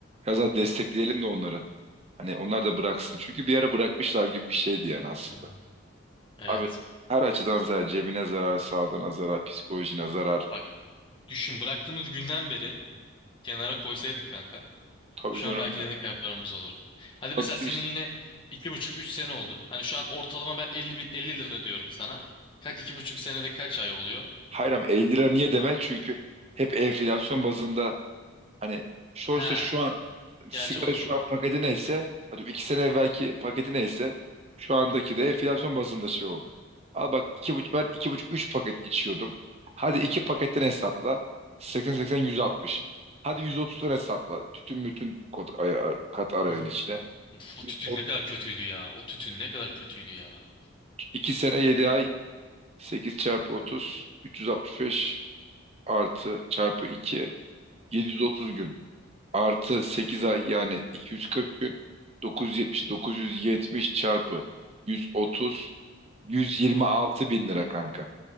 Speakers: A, on the right; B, on the left.
A: biraz daha destekleyelim de onları. Hani onlar da bıraksın. Çünkü bir ara bırakmışlar gibi bir şeydi yani aslında.
B: Hı hı. Evet.
A: Abi her açıdan zarar. Cebine zarar, sağlığına zarar, psikolojine zarar.
B: Bak düşün bıraktığımız günden beri kenara koysaydık kanka.
A: Tabii
B: Şu
A: canım.
B: an belki de ne kadar paramız olurdu. Hadi mesela
A: ya.
B: senin yine iki buçuk üç sene oldu. Hani şu an ortalama ben elli bi- elli lira diyorum sana. Kaç 2,5 senede kaç ay oluyor?
A: Hayır ama 50 lira niye deme? Çünkü hep enflasyon bazında hani sonuçta
B: Ha,
A: şu an sigara
B: gerçi o da
A: şu
B: doğru.
A: an paketi neyse hadi iki sene evvelki paketi neyse şu andaki de enflasyon bazında şey oldu. Al bak iki buçuk ben iki buçuk üç paket içiyordum. Hadi iki paketten hesapla 80 80 160. Hadi 130'dan hesapla. Tütün bütün kod, ay- kat arayın
B: Hı hı.
A: içine.
B: Uf, o
A: 103
B: tütün ne kadar kötüydü ya. O tütün ne kadar kötüydü ya.
A: 2 sene 7 ay 8 çarpı 30 365 artı çarpı 2 730 gün. artı 8 ay yani 240 gün 970 970 çarpı 130 126 bin lira kanka.